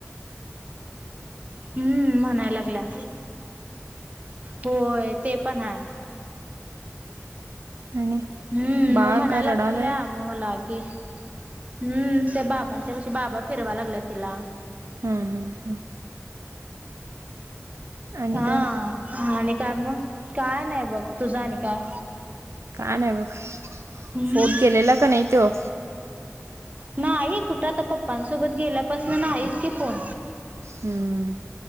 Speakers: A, on the right (about 30°); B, on the right (about 70°).
A: हम्म म्हनाय लागल्या. होय ते पण हाय.
B: नाही आणि
A: हम्म
B: बाळ
A: म्म
B: काय
A: ना लागलेल्या
B: रडालय
A: ममलागे हम्म ते बाबांच्या पशी बाबा फिरवा लागल्यात तिला
B: हम्म हम्म हम्म. आणि
A: हा
B: काय
A: आणि काय मग काय नाही बघ तुझं आणि काय
B: का नाही बघ
A: हम्म
B: फोन केलेला का नाही तो.
A: नाही कुठं आता पप्पांसोबत गेल्यापासून नाहीच कि फोन.
B: हं